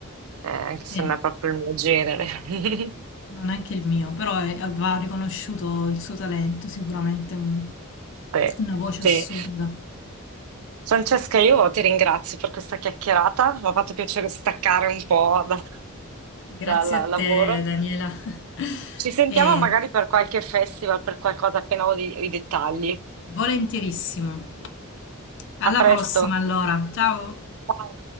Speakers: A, on the right; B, on the left.
A: eh, anche se
B: sì.
A: non è proprio il mio genere. <laughs>
B: Non è anche il mio, però è- va riconosciuto il suo talento, sicuramente un-
A: Sì,
B: una voce
A: sì.
B: assurda.
A: Francesca, io ti ringrazio per questa chiacchierata, mi ha fatto piacere staccare un po' da-
B: Grazie
A: dal
B: a te,
A: lavoro.
B: Daniela. <laughs>
A: Ci sentiamo
B: E
A: magari per qualche festival, per qualcosa appena ho di- i dettagli.
B: volentierissimo. Alla
A: A presto.
B: prossima, allora. Ciao.
A: Ciao.